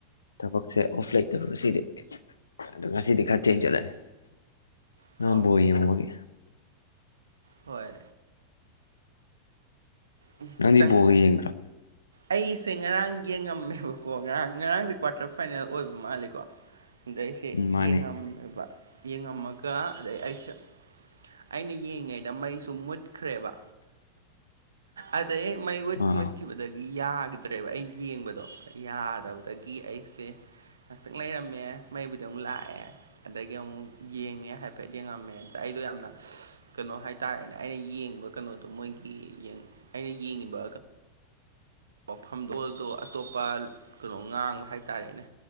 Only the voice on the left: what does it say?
ꯊꯕꯛꯁꯦ ꯑꯣꯐ ꯂꯩꯇꯕ ꯉꯁꯤꯗꯤ ꯑꯗꯨ ꯉꯁꯤꯗꯤ ꯈꯔ ꯊꯦꯡ ꯆꯠꯂꯅꯤ ꯉꯔꯥꯡ
ꯕꯣꯜ ꯌꯦꯡꯕꯒꯤ
ꯅꯪꯗꯤ
ꯕꯣꯜꯒ
ꯌꯦꯡꯗ꯭ꯔꯣ
ꯎꯝ ꯃꯥꯅꯦ
ꯑꯥ